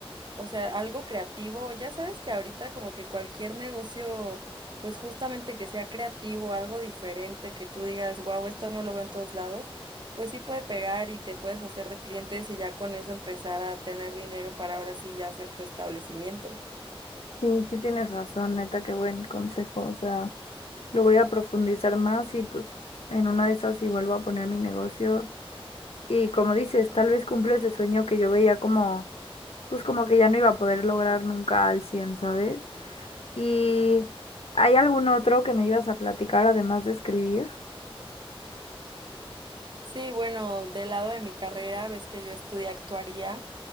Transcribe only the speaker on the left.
Sí, sí tienes razón, neta, qué buen consejo. O sea, lo voy a profundizar más y pues en una de esas si vuelvo a poner mi negocio. Y como dices, tal vez cumplió ese sueño que yo veía como, pues como que ya no iba a poder lograr nunca al 100 ¿sabes? ¿Y hay algún otro que me ibas a platicar además de escribir?